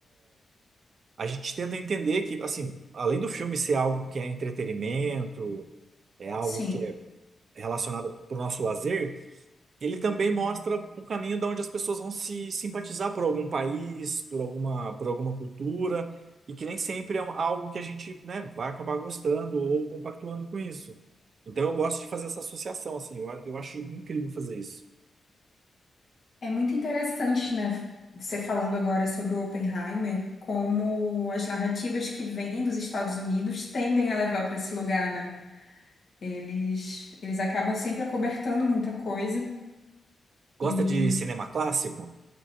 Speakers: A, on the right (about 45°); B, on the left (about 40°).
A: a gente tenta entender que, assim, além do filme ser algo que é entretenimento, é algo
B: Sim.
A: que é relacionado para o nosso lazer. Ele também mostra o caminho de onde as pessoas vão se simpatizar por algum país, por alguma, por alguma cultura, e que nem sempre é um- algo que a gente, né, vai acabar gostando ou compactuando com isso. Então eu gosto de fazer essa associação, assim, eu, a- eu acho incrível fazer isso.
B: É muito interessante, né, você falando agora sobre o Oppenheimer, como as narrativas que vêm dos Estados Unidos tendem a levar para esse lugar, né? Eles, eles acabam sempre acobertando muita coisa
A: Gosta
B: e
A: de cinema clássico?